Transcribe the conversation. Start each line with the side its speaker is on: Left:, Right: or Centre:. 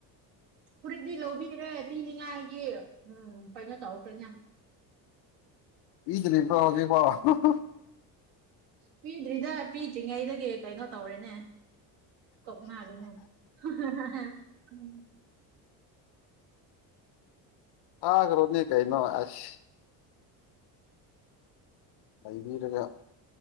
Right: ꯐꯨꯔꯤꯠꯗꯤ ꯂꯧꯕꯤꯔꯦ ꯄꯤꯅꯤꯡꯉꯥꯏꯒꯤ ꯎꯝ ꯀꯩꯅꯣ ꯇꯧꯈ꯭ꯔꯦꯅꯦ
Left: <unintelligible>
Right: ꯄꯤꯗ꯭ꯔꯤꯗ ꯄꯤꯗ꯭ꯔꯤꯉꯩꯗꯒꯤ ꯀꯩꯅꯣ ꯇꯧꯔꯦꯅꯦ ꯀꯣꯛꯅꯔꯦꯅꯦ <unintelligible>
Left: ꯊꯥꯒ꯭ꯔꯣꯅꯦ ꯀꯩꯅꯣ ꯑꯁ ꯂꯩꯕꯤꯔꯒ